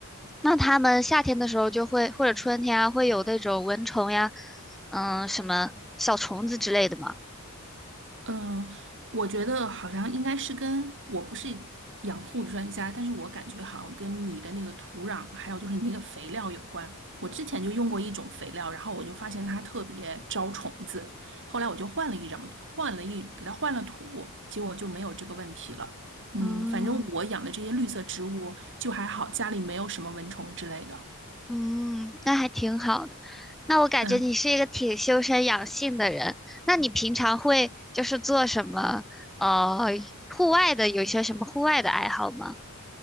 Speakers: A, in the centre; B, on the right.
A: 那它们夏天的时候就会，或者春天啊，会有那种蚊虫呀，嗯，什么小虫子之类的吗？
B: 嗯，我觉得好像应该是跟我不是养护专家，但是我感觉好像跟你的那个土壤，还有就是你那个肥料有关。我之前就用过一种肥料，然后我就发现它特别招虫子，后来我就换了一张，换了一，给它换了土，结果就没有这个问题了。嗯，
A: 嗯
B: 反正我养的这些绿色植物就还好，家里没有什么蚊虫之类的。
A: 嗯，那还挺好的。那我感觉你是一个挺修身养性的人。
B: 嗯，
A: 那你平常会就是做什么？呃，户外的有一些什么户外的爱好吗？